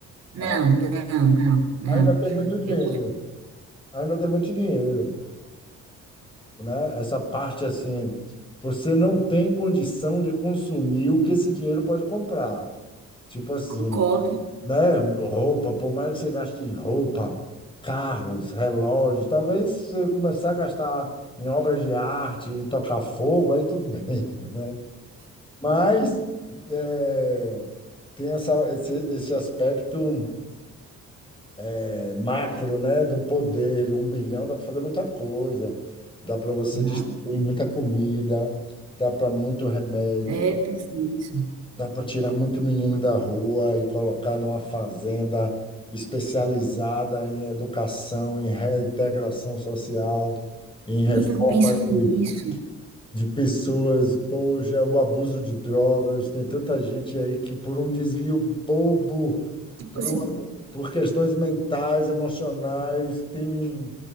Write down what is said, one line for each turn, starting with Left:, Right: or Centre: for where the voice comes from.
Right: Não,
Left: Ah,
Right: não, não, não.
Left: ainda tem muito dinheiro,
Right: Eu
Left: ainda tem muito dinheiro, né? Essa parte assim, você não tem condição de consumir o que esse dinheiro pode comprar. Tipo assim,
Right: concordo,
Left: né? Roupa, por mais que você gaste em roupa, carros, relógios, talvez se você começar a gastar em obras de arte, tocar fogo, aí tudo bem, <laughs> né? Mas é, tem essa, esse, esse aspecto é, macro, né? Do poder, de um bilhão, dá para fazer muita coisa. Dá para você
Right: dá.
Left: distribuir muita comida, dá para muito remédio
Right: É, eu penso nisso.
Left: Dá para tirar muito menino da rua e colocar numa fazenda especializada em educação, em reintegração social, em reforma
Right: E eu penso
Left: de,
Right: nisso.
Left: de pessoas. Poxa, é o abuso de drogas. Tem tanta gente aí que, por um desvio bobo,
Right: Tipo
Left: por,
Right: assim,
Left: uma- por questões mentais, emocionais, tem um,